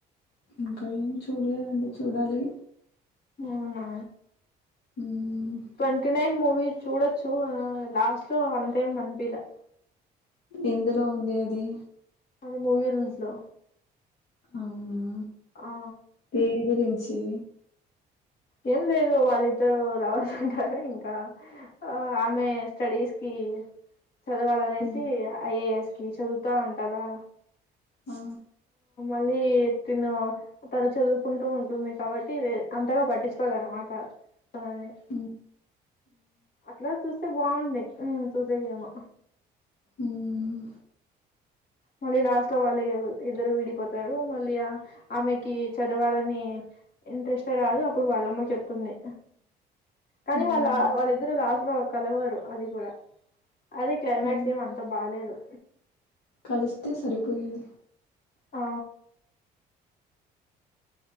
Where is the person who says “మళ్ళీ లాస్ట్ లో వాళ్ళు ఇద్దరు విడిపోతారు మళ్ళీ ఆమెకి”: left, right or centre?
Left